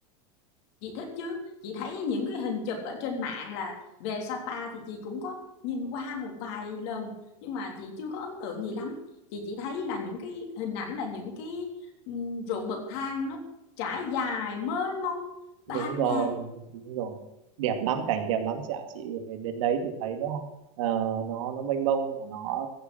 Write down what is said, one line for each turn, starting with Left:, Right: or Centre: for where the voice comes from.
Left: chị thích chứ chị thấy những cái hình chụp ở trên mạng là về Sapa thì chị cũng có nhìn qua một vài lần nhưng mà chị chưa có ấn tượng gì lắm chị chỉ thấy là những cái hình ảnh là những cái ừm, ruộng bậc thang nó trải dài mênh mông
Right: đúng
Left: bạt
Right: rồi
Left: ngàn
Right: đúng rồi đẹp lắm cảnh đẹp lắm chị ạ chị phải đến đấy thì thấy nó ờ, nó nó mênh mông và nó